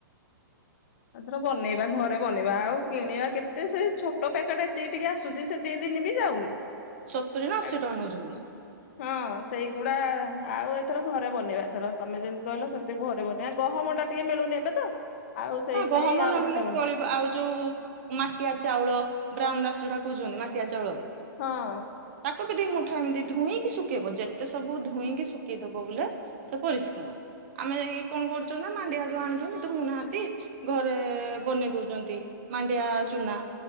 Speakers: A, on the left; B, on the right.
A: ଏଥର ବନେଇବା ଘରେ ବନେଇବା ଆଉ କିଣିବା କେତେ ସେ ଛୋଟ ପ୍ୟାକେଟ୍ ଏତିକି ଟିକେ ଆସୁ ଛି ସେ ଦି ଦିନି ବି ଯାଉନି।
B: ସତୁରି ନା
A: ତାକୁ
B: ଅଶୀ ଟଙ୍କା ନଉଛନ୍ତି।
A: ହଁ ସେଇଗୁଡା ଆଉ ଏଥର ଘରେ ବନେଇବା ଏଥର ତମେ ଯେମିତି କହିଲ ସେମିତି ଘରେ ବନେଇ ବା ଗହମ ଟା ଟିକେ ମିଳୁନି ଏବେ ତ, ଆଉ ସେଇଥିପାଇଁ
B: ହଁ ଗହମ
A: ଆଉ
B: ନମିଳିଲେ
A: ଇଚ୍ଛା ହଉନି
B: ଚଳିବ ଆଉ ଯୋଉ ମାଟିଆ ଚାଉଳ, ବ୍ରାଉନ୍ ରାଇସ ଯୋଉଟା କହୁଛନ୍ତି ମାଟିଆ ଚାଉଳ
A: ହଁ।
B: ତାକୁ ବି ଦି ମୁଠା ଏମିତି ଧୁଇଁକି ଶୁଖେଇବ ଯେତେ ସବୁ ଧୁଇଁକି ଶୁଖେଇଦବ ବୋଲେ ସେ ପରିଷ୍କାର, ଆମେ ଯାଇକି କଣ କରୁଛନ୍ତି ନା ମାଣ୍ଡିଆ ଯୋଉ ଆଣୁଛନ୍ତି ଧୋଉ ନାହାନ୍ତି ଘରେ ବନେଇ ଦଉଛନ୍ତି, ମାଣ୍ଡିଆ ଚୁନା।